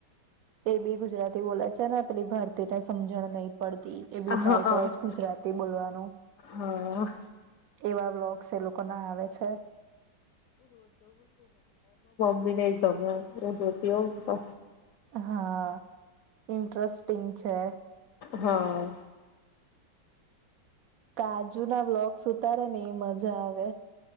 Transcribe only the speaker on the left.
હા
હ
હા
મમ્મીને ગમે હું જોઈતી હોવ તો.
હા.